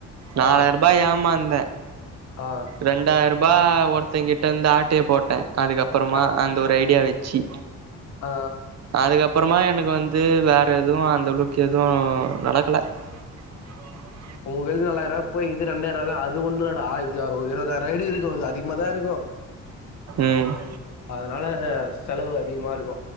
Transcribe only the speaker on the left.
ஆ
ஆ
அ
ஆ
உங்கைல நாலாயர போய்க்குது ரெண்டாயர தா அது ஒண்ணு இல்லடா ஒரு இருபதாயிர ஐ டி இருக்கு இது அதிகமாதா இருக்கு
அதனால செலவு அதிகமா இருக்கு